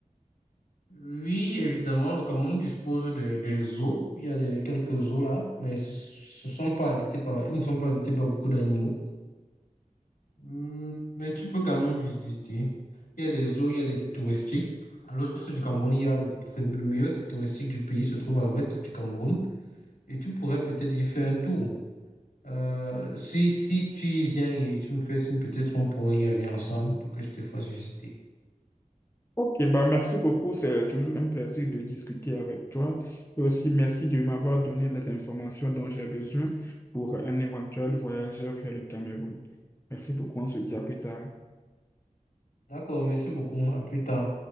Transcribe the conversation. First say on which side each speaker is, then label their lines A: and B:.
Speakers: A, on the left (about 85°); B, on the left (about 20°).
A: Oui, évidemment, le Cameroun dispose de- des eaux. Il y a des, quelques eaux là, mais ce, ce sont pas habités par, ils ne sont pas habités par beaucoup d'animaux. Hum, Mais tu peux quand même visiter. Il y a des eaux, il y a des sites touristiques. À l'ouest du Cameroun, il y a le, prim- le meilleur site touristique du pays, se trouve à l'ouest du Cameroun. Et tu pourrais peut-être y faire un tour. Euh, si, si tu y viens et tu me fais signe, peut-être on pourrait y aller ensemble pour que je te fasse visiter.
B: Ok, bah merci beaucoup, c'est toujours un plaisir de discuter avec toi. Et aussi, merci de m'avoir donné les informations dont j'ai besoin pour un éventuel voyage vers le Cameroun. Merci beaucoup, on se dit à plus tard.
A: D'accord, merci beaucoup. À plus tard.